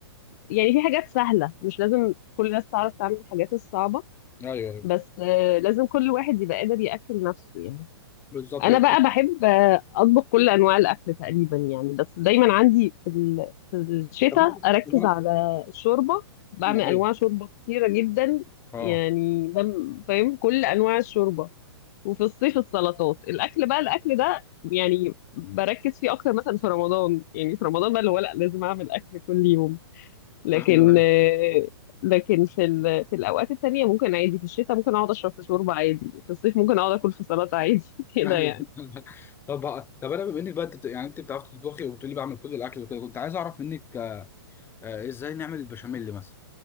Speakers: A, on the left; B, on the left.
A: يعني في حاجات سهله مش لازم كل الناس تعرف تعمل الحاجات الصعبه
B: ايوه
A: بس آه، لازم كل واحد يبقى قادر ياكل نفسه يعني
B: بالظبط
A: انا
B: كده.
A: بقى بحب آه، اطبخ كل انواع الاكل تقريبا يعني بس دايما عندي في ال- في الشتاء
B: طب انا
A: اركز
B: طب انا
A: على الشوربه بعمل انواع
B: ايوه
A: شوربه كتيره جدا
B: اه
A: يعني بم- فاهم كل انواع الشوربه وفي الصيف السلطات الاكل بقى الاكل ده يعني بركز فيه اكتر مثلا في رمضان يعني في رمضان بقى اللي هو لا لازم اعمل اكل كل يوم لكن
B: ايوه ايوه
A: آه، لكن في ال... في الاوقات التانية ممكن عادي في الشتاء ممكن اقعد اشرب في شوربه عادي في الصيف ممكن اقعد اكل في سلطه عادي <laughs> كده
B: ايوه
A: يعني
B: <laughs> طب طب انا بما انك بقى انت يعني انت بتعرف تطبخي وبتقولي بعمل كل الاكل وكده كنت عايز اعرف منك آه، ازاي نعمل البشاميل مثلا